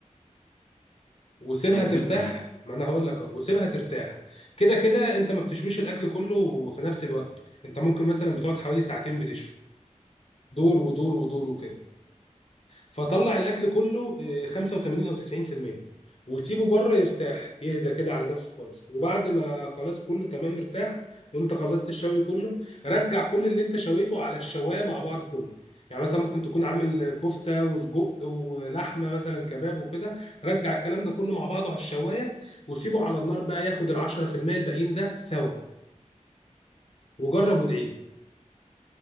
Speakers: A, on the left; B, on the left.
A: وسيبها
B: ايه الفكره
A: ترتاح
B: يعني
A: ما انا هقول لك أهو، وسيبها ترتاح كده كده انت ما بتشويش الاكل كله في نفس الوقت انت ممكن مثلا بتقعد حوالي ساعتين بتشوي دور ودور ودور وكده فطلع الاكل كله آه، 85 او 90% وسيبه بره يرتاح يهدى كده على نفسه خالص وبعد ما خلاص كله تمام مرتاح وانت خلصت الشوي كله رجع كل اللي انت شويته على الشوايه مع بعض كله يعني مثلا ممكن تكون عامل كفته وسجق ولحمه مثلا كباب وكده رجع الكلام ده كله مع بعضه على الشوايه وسيبه على النار بقى ياخد ال 10% الباقيين ده سوا وجرب وادعي